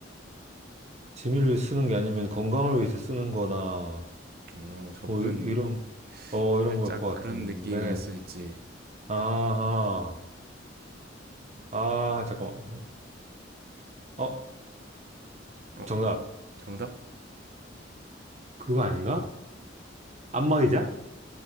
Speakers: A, on the right (about 40°); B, on the right (about 55°).
A: 재미를 위해서 쓰는 게 아니면 건강을 위해서 쓰는 거나
B: 오, 접근.
A: 뭐 이- 이런 어, 이런
B: 살짝
A: 걸 것 같은데.
B: 그런 느낌일 수 있지.
A: 아하. 아, 잠깐만. 어,
B: 어,
A: 정답.
B: 정답?
A: 그거 아닌가? 안마의자?